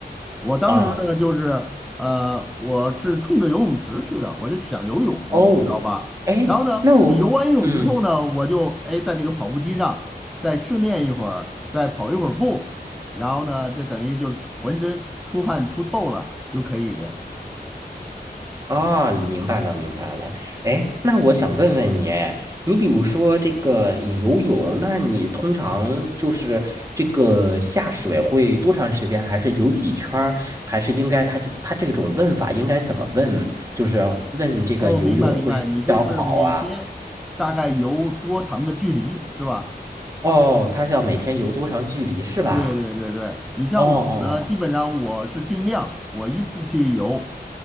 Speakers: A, in the centre; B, on the right.
A: 我当时呢，
B: 啊。
A: 就是呃，我是冲着游泳池去的，我就想游泳，
B: 哦，
A: 你知道吧？
B: 哎，
A: 然后呢，
B: 那我，
A: 我游完泳之后呢，
B: 嗯，
A: 我就哎在那个跑步机上再训练一会儿，再跑一会儿步，然后呢，这等于就是浑身出汗出透了就可以。
B: 啊，明白了，明白了。哎，那我想问问你，哎你比如说这个，你游泳，那你通常就是这个下水会多长时间？还是游几圈儿？还是应该他这他这种问法应该怎么问？就是问这个游泳会比较好啊？
A: 哦，明白明白，你就是每天大概游多长的距离是吧？
B: 哦，他是要每天游多长距离是吧？
A: 对对对对，你像我呢，
B: 哦哦，
A: 基本上我是定量，我一次去游